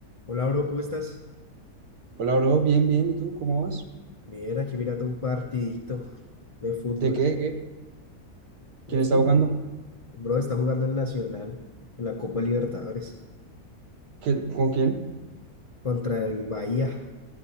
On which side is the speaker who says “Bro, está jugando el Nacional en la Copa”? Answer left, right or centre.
Left